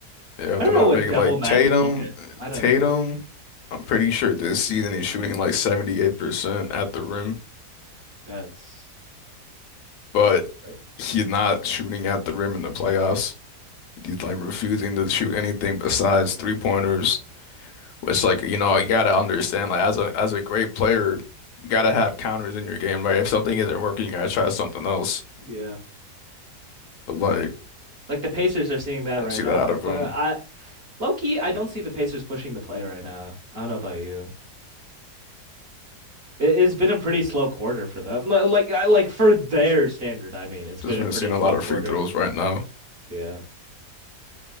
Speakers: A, on the left; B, on the right.
A: Yeah, if
B: I
A: they're
B: don't
A: not
B: know what
A: making
B: devil
A: like
B: magic
A: Tatum,
B: he did. I don't
A: Tatum.
B: know.
A: I'm pretty sure this season he's shooting like 78% at the rim,
B: That's
A: but
B: right.
A: he's not shooting at the rim in the playoffs. He's like refusing to shoot anything besides three pointers, which like, you know, you gotta understand like as a as a great player, you gotta have counters in your game, right? If something isn't working, you gotta try something else.
B: Yeah.
A: But like,
B: Like the Pacers are seeing that
A: I
B: right
A: don't see
B: now.
A: that out
B: They're
A: of
B: pu-
A: him.
B: I low key, I don't see the Pacers pushing the play right now. I don't know about you. It, it's been a pretty slow quarter for them. Li- Like I like for their standard, I mean, it's
A: Just
B: been a
A: been
B: pretty
A: seeing a
B: slow
A: lot of
B: quarter.
A: free throws right now.
B: Yeah.